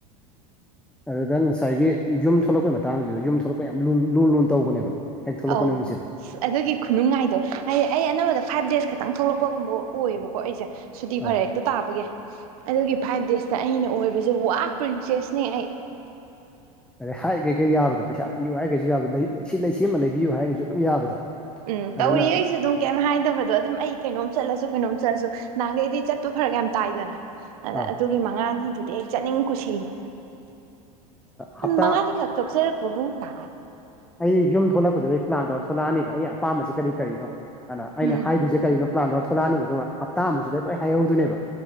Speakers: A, in the centre; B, on the right.
A: ꯑꯗꯨꯗ ꯉꯁꯥꯏꯒꯤ ꯌꯨꯝ ꯊꯣꯛꯂꯛꯄꯩ ꯃꯇꯥꯡꯁꯤꯗ ꯌꯨꯝ ꯊꯣꯛꯂꯛꯄ ꯌꯥꯝ ꯂꯨ ꯂꯨꯅ ꯇꯧꯕꯅꯦꯕ ꯍꯦꯛ ꯊꯣꯛꯂꯛꯄ
B: ꯑꯧ
A: ꯅꯨꯃꯤꯁꯤꯗꯤ
B: ꯑꯁ ꯑꯗꯨꯒꯤ ꯈꯨꯅꯨꯡꯉꯥꯏꯗꯣ ꯍꯥꯏꯗꯤ ꯑꯩ ꯑꯅꯝꯕꯅ ꯐꯥꯏꯚ ꯗꯦꯖ ꯈꯛꯇꯪ ꯊꯣꯛꯂꯛꯄꯒꯨꯝꯕ ꯑꯣꯏꯌꯦꯕꯀꯣ ꯑꯩꯁꯦ ꯁꯨꯗꯤ
A: ꯑꯧ
B: ꯐꯔꯦꯠ ꯇꯥꯕꯒꯤ ꯑꯗꯨꯒꯤ ꯐꯥꯏꯚ ꯗꯦꯖꯇ ꯑꯩꯅ ꯑꯣꯏꯕꯁꯦ ꯋꯥ ꯄ꯭ꯔꯤꯟꯁꯦꯁꯅꯦ ꯑꯩ
A: ꯑꯗꯩ ꯍꯥꯏꯔꯤꯒꯩ ꯌꯥꯕꯗꯣ ꯄꯩꯁꯥ ꯄꯤꯌꯨ ꯍꯥꯏꯔꯒꯁꯨ ꯌꯥꯕꯗꯨ ꯁꯤ ꯂꯩ ꯁꯤꯃ ꯂꯩꯕꯤꯌꯨ ꯍꯥꯏꯔꯒꯁꯨ ꯑꯗꯨꯝ ꯌꯥꯕꯗꯣ
B: ꯎꯝ ꯇꯧꯔꯤꯌꯦ
A: ꯑꯗꯨꯅ
B: ꯑꯩꯁꯨ ꯑꯗꯨꯝ ꯀꯩꯝ ꯍꯥꯏꯗꯕꯗꯣ ꯑꯗꯨꯝ ꯑꯩ ꯀꯩꯅꯣꯝ ꯆꯠꯂꯁꯨ ꯀꯩꯅꯣꯝ ꯆꯠꯂꯁꯨ ꯅꯍꯥꯟꯈꯩꯗꯤ ꯆꯠꯄꯨ ꯐꯔ ꯀ ꯌꯥꯝ ꯇꯥꯏꯗꯅ ꯑꯗ
A: ꯑꯧ
B: ꯑꯗꯨꯒꯤ ꯃꯉꯥꯅꯤꯗꯨꯗꯤ ꯑꯩ ꯆꯠꯅꯤꯡ ꯀꯨꯁꯤꯅꯤ
A: ꯍꯞꯇꯥ
B: ꯃꯉꯥꯅꯤꯈꯛ ꯊꯣꯛꯆꯔꯛꯄꯕꯨ ꯀꯥ
A: ꯑꯩ ꯌꯨꯝ ꯊꯣꯛꯂꯛꯄꯁꯤꯗ ꯑꯩ ꯄ꯭ꯂꯥꯟ ꯇꯧꯔ ꯊꯣꯛꯂꯛꯑꯅꯦꯕ ꯑꯩ ꯑꯄꯥꯝꯕꯕꯁꯤꯦ ꯀꯔꯤ ꯀꯔꯤꯣ ꯑꯗꯨꯅ ꯑꯩꯅ
B: ꯎꯝ
A: ꯍꯥꯏꯔꯤꯁꯦ ꯀꯔꯤꯅꯣ ꯄ꯭ꯂꯥꯟꯗꯧꯔ ꯊꯣꯛꯂꯛꯑꯅꯦꯕ ꯑꯗꯨꯒ ꯍꯞꯇꯥꯃꯨꯛꯁꯤꯗ ꯂꯣꯏ ꯍꯥꯏꯍꯧꯗꯣꯏꯅꯦꯕ